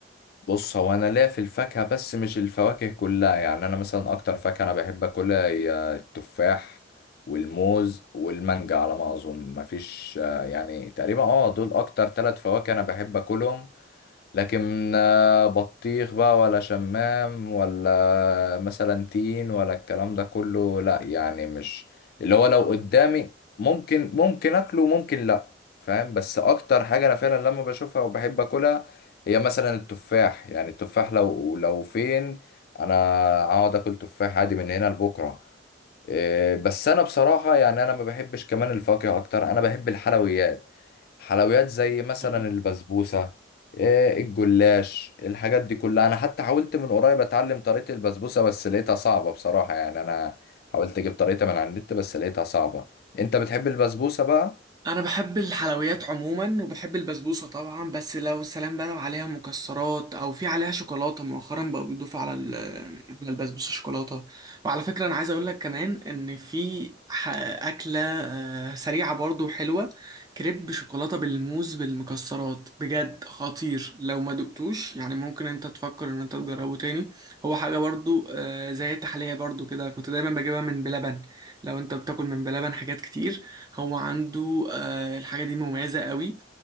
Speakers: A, on the left; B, on the right.
A: بص هو انا ليا في الفاكهة بس مش الفواكه كلها يعني انا مثلا اكتر فاكهة انا بحب اكلها هي التفاح والموز والمانجا على ما اظن مفيش آه، يعني تقريبا اه دول اكتر ثلاث فواكه انا بحب اكلهم لكن آه، بطيخ بقى ولا شمام ولا مثلا تين ولا الكلام ده كله لا يعني مش اللي هو لو قدامي ممكن ممكن اكله وممكن لا فاهم بس اكتر حاجة انا فعلا لما بشوفها وبحب اكلها هي مثلا التفاح يعني التفاح لو لو فين انا اقعد اكل تفاح عادي من هنا لبكرة إيه، بس انا بصراحة يعني انا ما بحبش كمان الفاكهة اكتر انا بحب الحلويات حلويات زي مثلا
B: آه.
A: البسبوسة آه، الجلاش الحاجات دي كلها انا حتى حاولت من قريب اتعلم طريقة البسبوسة بس لقيتها صعبة بصراحة يعني انا حاولت اجيب طريقة من على النت بس لقيتها صعبة انت بتحب البسبوسة بقى
B: انا بحب الحلويات عموما وبحب البسبوسه طبعا بس لو سلام بقى لو عليها مكسرات او في عليها شوكولاته مؤخرا بقوا بيضيفوا على ال- <hesitation> على البسبوسه شوكولاته وعلى فكره انا عايز اقول لك كمان ان في ح- <hesitation> اكله آه، سريعه برضو حلوه كريب شوكولاته بالموز بالمكسرات بجد خطير لو ما دقتوش يعني ممكن انت تفكر ان انت تجربه تاني هو حاجه برضو آه، زي التحليه برضو كده كنت دايما بجيبها من بلبن لو انت بتاكل من بلبن حاجات كتير هو عنده آه، الحاجة دي مميزة قوي